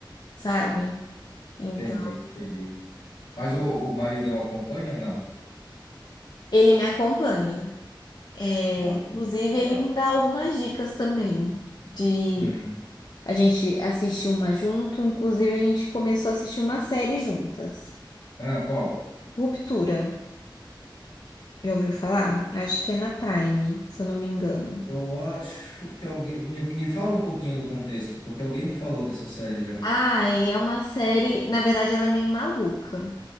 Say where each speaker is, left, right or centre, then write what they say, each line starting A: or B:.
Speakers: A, on the left; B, on the left.
A: sabe? Então,
B: entendi, entendi. Mas o, o maridão acompanha? Não.
A: ele me acompanha. É,
B: Ah,
A: inclusive,
B: legal. legal.
A: ele me dá algumas dicas também de
B: Uhum.
A: a gente assistir uma junto. Inclusive, a gente começou a assistir uma série juntas.
B: Ah, qual?
A: Ruptura. Já ouviu falar? Acho que é na Prime, se eu não me engano.
B: Eu acho que alguém. Me, me fala um pouquinho do contexto, porque alguém me falou dessa série já.
A: Ai, é uma série. Na verdade, ela é meio maluca.